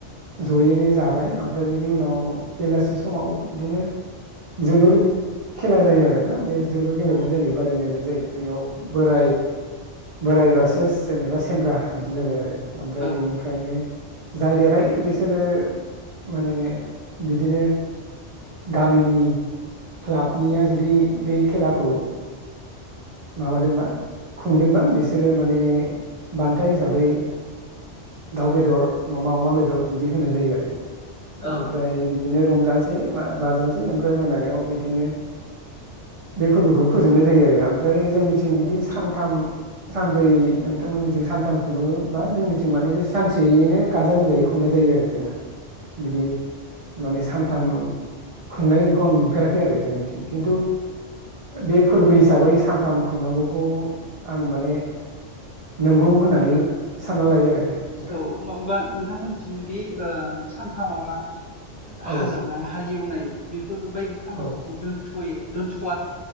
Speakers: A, on the right; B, on the left.
A: जयैनो जाबाय ओमफ्राय बेनि उनाव बेलासि समाव बिदिनो जोलुर खेला जायो आ रो ना बे जोलुर गेलेनाय
B: औ
A: जायो बादायलायनाय जायो बेयाव बोराय बोराय बारसेस जेनेबा सेंग्रा बिदि जाबाय आरो। ओमफ्राय
B: औ
A: बेनिफ्रायनो जाय देरहायो बिसोरो माने बिदिनो गामिनि क्लाबनिया जुदि बे खेलाखौ माबादोंबा खुंदोंबा बेस सोरो माने बां थाइ हिसाबै दाउ बेदर नङाबा अमा बेदर बिदि होनाय जायो आरो ओमफ्राय
B: औ
A: बिदिनो रंजानोसै बा बाजानो सै आम फ्राय मोनायाव बिदिनो बे फोरबोखौ फोजोबनाय जायो आरो। फ्राय जोंनिथिं बिदि
B: औ
A: सानथाम सानब्रै नोंथांमोननिथिं सानथाम खुङो बा जोंनिथिं माने बे सानसे एयैनो गाजा गोमजायै खुंनाय जायो आरो जोंना बिदि माने सानथाम खुंनाय बेखौ आं नुफेराखै आरो जोंनिथि खिन्थु बेब फोरबो हिसाबै सानथाम खुंनांगौखौ आं माने नोंगौ होननानै सानना लायो आरो। नोंथां
B: औ मामबा नोंथांमोनथिं बे ओ सानथामावहा हा
A: औ
B: जावनाय हाल एवनाय बिब फोरबायदि खामानिफोरखौ
A: औ
B: दोनथ'यो दोनथ'